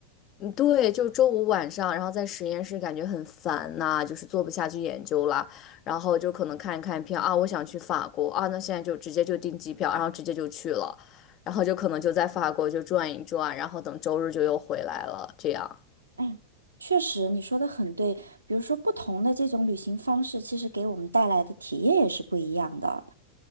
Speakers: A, on the left; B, on the right.
A: 嗯，对，就周五晚上，然后在实验室感觉很烦呐、就是做不下去研究了，然后就可能看一看票啊，我想去法国啊，那现在就直接就订机票，然后直接就去了，然后就可能就在法国就转一转，然后等周日就又回来了，这样。
B: 哎，确实，你说的很对。比如说，不同的这种旅行方式，其实给我们带来的体验也是不一样的。